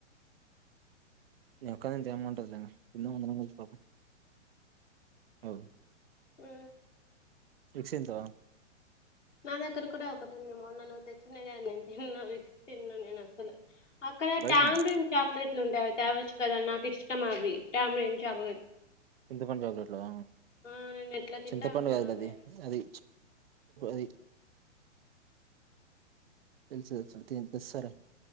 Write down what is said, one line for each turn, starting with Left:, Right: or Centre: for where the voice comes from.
Right: నీ ఒక్కదాంతో ఏముంటది లే కింద అందరం కలిసి పడుకుందం అవు
Left: హ
Right: చిల్తో
Left: నా దగ్గర కూడా ఒకటి ఉంది మొన్న నువ్వు తెచ్చినది అని నేను తిను విక్స్ తిను నేను అసలు అక్కడ
Right: బయటున్నా
Left: టామ్రీన్ చాక్లెట్లు ఉండే అవి తేవచ్చు కదా నాకు ఇష్టం అవి టామ్రీన్ చాక్లెట్
Right: చింత పండు చాక్లెట్ ఆ
Left: ఆ నేను ఎట్లా తింటా
Right: చింతపండు
Left: ఉంటున్నాను
Right: కాద
Left: అదే
Right: అది <unintelligible> తెలుసు తెలు తె ససాలే